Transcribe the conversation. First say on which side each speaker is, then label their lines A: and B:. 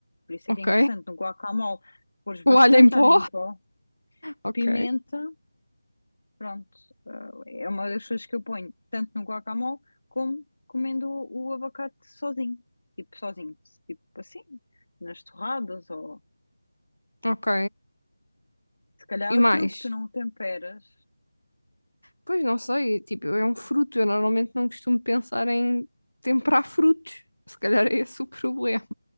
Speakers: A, on the left (about 60°); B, on the left (about 85°).
A: Por isso
B: Ok.
A: é que é importante no guacamole pôres bastante
B: O alho em pó?
A: alho em pó,
B: Ok.
A: pimenta Pronto, eh, é uma das coisas que eu ponho tanto no guacamole como comendo o, o abacate sozinho. Tipo, sozinho. Tipo assim, nas torradas ou.
B: Ok.
A: Se calhar
B: E
A: é
B: mais?
A: o truque, tu não o temperas,
B: Pois não sei, tipo, é um fruto, eu normalmente não costumo pensar em temperar frutos. Se calhar é esse o problema.